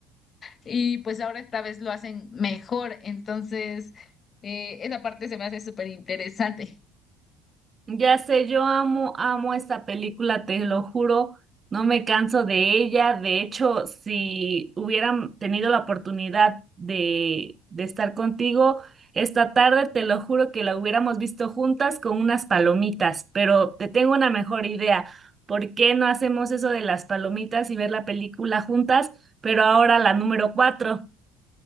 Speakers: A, on the left; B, on the right.
A: y pues ahora esta vez lo hacen mejor. Entonces, eh, esa parte se me hace súper interesante.
B: Ya sé, yo amo, amo esta película, te lo juro, no me canso de ella. De hecho, si hubieran tenido la oportunidad de, de estar contigo esta tarde, te lo juro que la hubiéramos visto juntas con unas palomitas, pero te tengo una mejor idea. ¿Por qué no hacemos eso de las palomitas y ver la película juntas? Pero ahora la número cuatro.